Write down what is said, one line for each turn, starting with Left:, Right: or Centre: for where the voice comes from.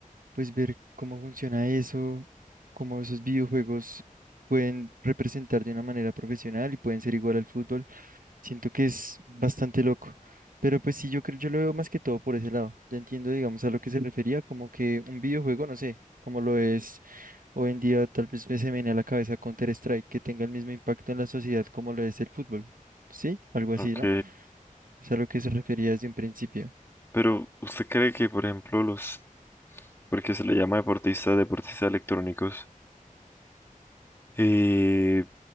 Right: pues ver cómo funciona eso, cómo esos videojuegos pueden representar de una manera profesional y pueden ser igual al fútbol. Siento que es bastante loco, pero pues sí, yo creo, yo lo veo más que todo por ese lado. Ya entiendo, digamos, a lo que se refería, como que un videojuego, no sé, como lo es hoy en día, tal vez me se me viene a la cabeza Counter-Strike, que tenga el mismo impacto en la sociedad como lo es el fútbol, ¿sí? Algo así,
Left: Ok.
Right: ¿no? Es a lo que se refería desde un principio.
Left: Pero, ¿usted cree que, por ejemplo, los porque se le llama deportista, deportistas electrónicos. Eh,